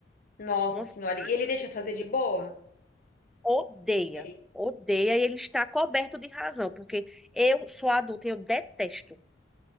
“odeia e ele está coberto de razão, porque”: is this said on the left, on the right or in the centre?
Centre